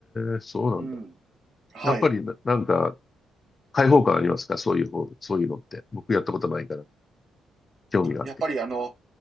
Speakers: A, on the left (about 35°); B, on the right (about 50°).
A: え、そうなんだ。
B: うん。はい。
A: やっぱりな、なんか、開放感ありますかそういう方、そういうのって。僕やったことないから、興味があって。
B: やっぱりあの、